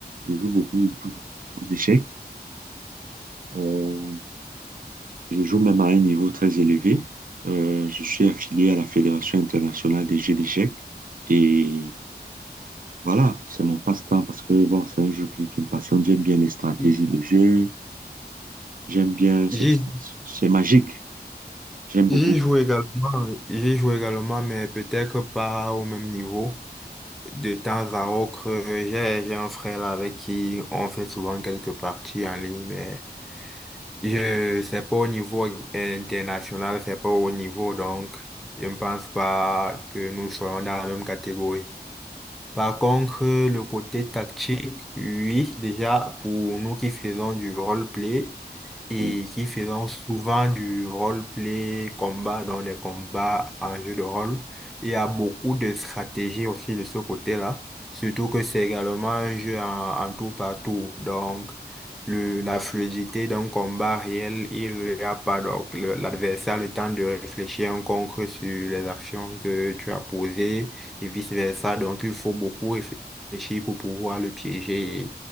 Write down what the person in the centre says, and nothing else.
Mm.
J'y
j'y joue également, j'y joue également, mais peut-être pas au même niveau. De temps à autre, euh, j'ai, j'ai un frère là avec qui on fait souvent quelques parties en ligne, mais je, c'est pas au niveau international, c'est pas au niveau, donc je ne pense pas que nous soyons dans la même catégorie. Par contre, le côté tactique, oui, déjà pour nous qui faisons du roleplay et
qui faisons souvent du roleplay combat dans les combats en jeu de rôle, il y a beaucoup de stratégies aussi de ce côté-là, surtout que c'est également un jeu en, en tour par tour. Donc, le, la fluidité d'un combat réel, il n'y a pas donc le- l'adversaire a le temps de réfléchir en concret sur les actions que tu as posées et vice-versa. Donc, il faut beaucoup réfléchir pour pouvoir le piéger